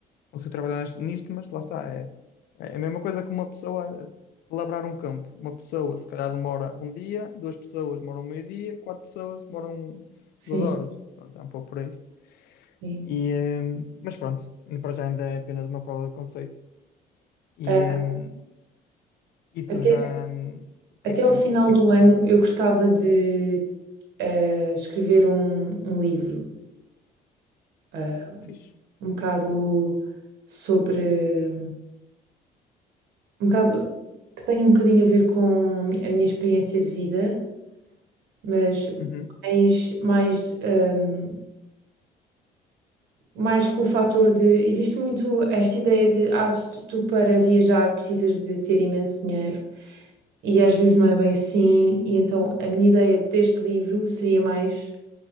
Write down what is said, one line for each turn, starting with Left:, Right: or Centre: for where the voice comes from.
Left: consigo trabalhar neste- nisto, mas lá está, é, é a mesma coisa que uma pessoa labrar um campo. Uma pessoa, se calhar, demora um dia, duas pessoas demoram um meio-dia, quatro pessoas demoram
Right: sim,
Left: duas horas. Pronto, é um pouco por aí.
Right: sim.
Left: E, hum, mas pronto, para já ainda é apenas uma prova de conceito. E,
Right: Ah,
Left: hum, E
Right: até
Left: tu já. hum, O que
Right: Até
Left: é que,
Right: ao final
Left: o que
Right: do
Left: é que
Right: ano eu gostava de eh, escrever um, um livro, eh,
Left: fiz?
Right: um bocado sobre, um bocado que tenha um bocadinho a ver com a minha experiência de vida, mas
Left: Uhum.
Right: mais, mais, ehm, mais com o fator de, existe muito esta ideia de, ah, se tu tu para viajar precisas de ter imenso dinheiro. E às vezes não é bem assim, e então a minha ideia deste livro seria mais